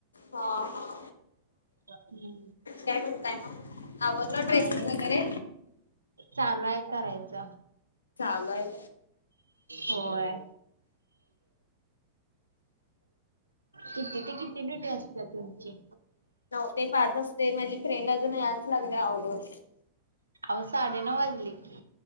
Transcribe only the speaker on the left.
हा हा.
काय म्हणताय म आवरलं ड्रेसिंग
वगैरे.
चालू आहे व्हय.
नऊ ते पाच असते म्हणजी फ्रेंड अजून यायच लागल्या आवरूनं.